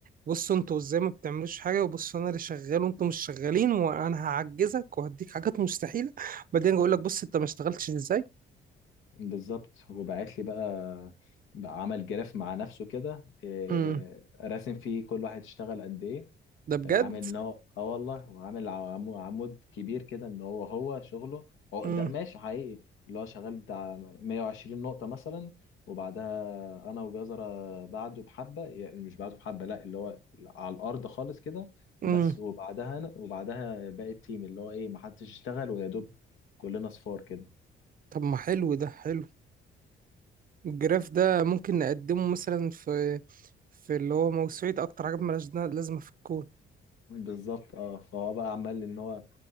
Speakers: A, on the right; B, on the left.
A: بصوا انتوا ازاي ما بتعملوش حاجة وبصوا انا اللي شغال وانتوا مش شغالين وانا هعجزك وهديك حاجات مستحيلة بعدين اقول لك بص انت ما اشتغلتش ازاي
B: بالظبط وبعت لي بقى بقى عمل جراف مع نفسه كده إيه،
A: امم
B: راسم فيه كل واحد اشتغل قد ايه
A: ده بجد
B: إيه، عامل ان هو اه والله وعامل عمو- عمود كبير كده ان هو هو شغله هو
A: امم
B: ده ماشي حقيقي اللي هو شغال بتاع 120 نقطة مثلا وبعدها انا وجزرة بعده بحبة يعني مش بعده بحبة لا اللي هو على الارض خالص كده
A: امم
B: بس وبعدها انا وبعدها باقي التيم اللي هو ايه محدش اشتغل ويا دوب كلنا صفار كده
A: طب ما حلو ده حلو الجراف ده ممكن نقدمه مثلا في في اللي هو موسوعة اكتر حاجة مالهاش لازمة في الكون
B: بالظبط اه فهو بقى عمال ان هو